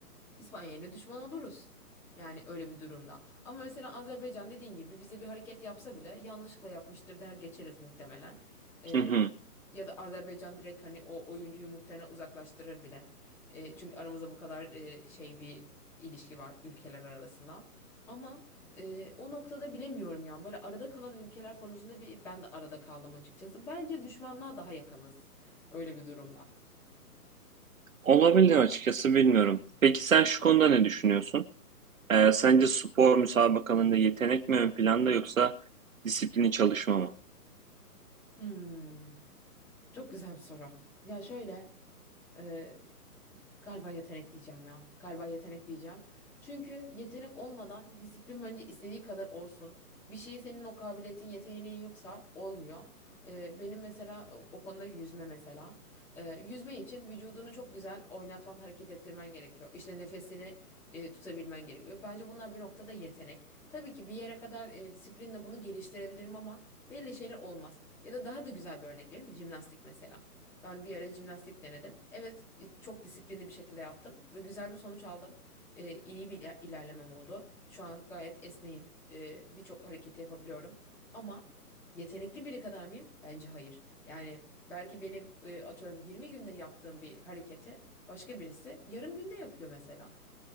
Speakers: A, in the centre; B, on the right (about 55°).
A: İspanya ile düşman oluruz. Yani öyle bir durumda. Ama mesela Azerbaycan dediğin gibi bize bir hareket yapsa bile yanlışlıkla yapmıştır der geçeriz muhtemelen. Ee,
B: Hı hı.
A: Ya da Azerbaycan direkt hani o oyuncuyu muhtemelen uzaklaştırır bile. E, çünkü aramızda bu kadar e, şey bir ilişki var ülkeler arasında. Ama e, o noktada bilemiyorum ya. Böyle arada kalan ülkeler konusunda bir ben de arada kaldım açıkçası. Bence düşmanlığa daha yakınız öyle bir durumda.
B: Olabilir açıkçası bilmiyorum. Peki sen şu konuda ne düşünüyorsun? Ee, sence spor müsabakalarında yetenek mi ön planda yoksa disiplini çalışma mı?
A: Hmm, çok güzel bir soru. Ya şöyle e, Galiba yetenek diyeceğim ya. Galiba yetenek diyeceğim. Çünkü yetenek olmadan disiplin bence istediği kadar olsun. Bir şeyi senin o kabiliyetin, yeteneğin yoksa olmuyor. Ee, benim mesela o o konuda yüzme mesela. Ee, yüzme için vücudunu çok güzel oynatman, hareket ettirmen gerekiyor. İşte nefesini e, tutabilmen gerekiyor. Bence bunlar bir noktada yetenek. Tabii ki bir yere kadar e, disiplinle bunu geliştirebilirim ama belli şeyler olmaz. Ya da daha da güzel bir örnek vereyim. Jimnastik mesela. Ben bir ara jimnastik denedim. Evet, e, çok disiplinli bir şekilde yaptım ve güzel bir sonuç aldım. E, iyi bir iler- ilerlemem oldu. Şu an gayet esneyim. E, birçok hareketi yapabiliyorum. Ama yetenekli biri kadar mıyım? Bence hayır. Yani belki benim e, atıyorum 20 günde yaptığım bir hareketi başka birisi yarım günde yapıyor mesela.